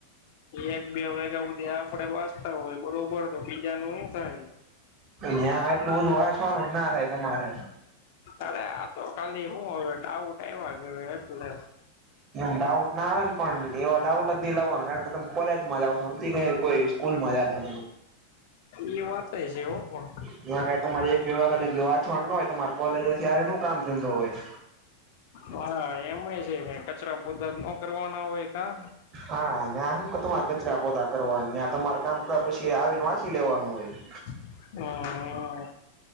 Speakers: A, on the left (about 50°); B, on the right (about 30°).
A: એક બે વાગ્યા હુધી આપડે વાચતા હોય બરોબર તો બીજા નું હુ ધહે
B: ન્યાં એટલું બધું વાંચવાનું જ ના થાય તમારે
A: અરે આ તો ખાલી હું હવે ડાઉટ આવ્યા છે એટલે
B: એમ ડાઉટ ના આવેને પણ એવા ડાઉટ જ નહી લાવવાનો કારણ કે ત કોલેજમા જાવ જો નથી કોઈ સ્કૂલ મા જાતા
A: ઈ વાતેએ છે હો પણ
B: ત્યાં કઈ તમારે એક વિભાગવાછોડ ન હોય તમારે કોલેજથી આવી ન કામ ધંધો હોય
A: હા એમય છે કે કચરા પોતા ન કરવાના હોય કા
B: હા ના હુ તમારે કચરા પોતા કરવાનના નાય તમારે કામ ક પછી આવીને વાંચી લેવાનું હોય. <inaudible>
A: હઅ